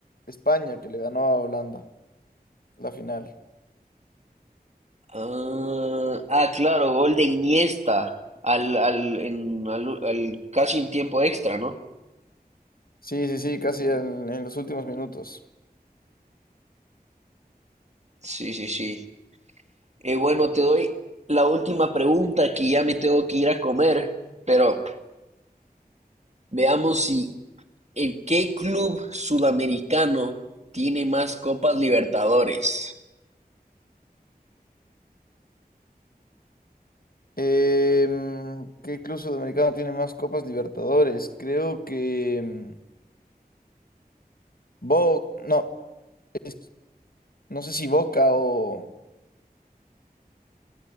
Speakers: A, on the left (about 65°); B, on the right (about 45°).
A: España que le ganó a Holanda la final.
B: Ah, ah, claro, gol de Iniesta al, al, en- al- al- casi en tiempo extra, ¿no?
A: Sí, sí, sí, casi en en los últimos minutos.
B: Sí, sí, sí. Eh, bueno, te doy la última pregunta que ya me tengo que ir a comer, pero Veamos si el qué club sudamericano tiene más Copas Libertadores.
A: Em, ¿qué club sudamericano tiene más Copas Libertadores? Creo que em, Bo, no, es- no sé si Boca o